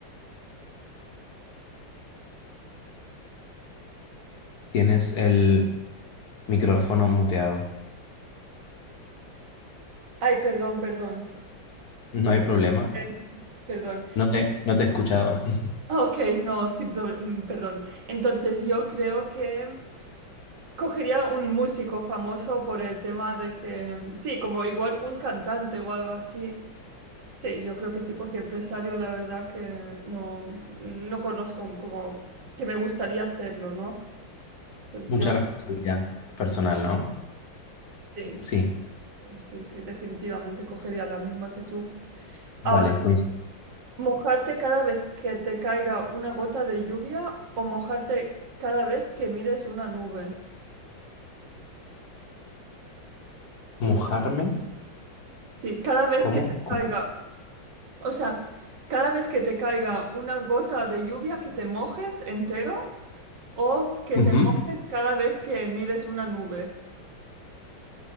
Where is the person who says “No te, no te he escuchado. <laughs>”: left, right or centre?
Left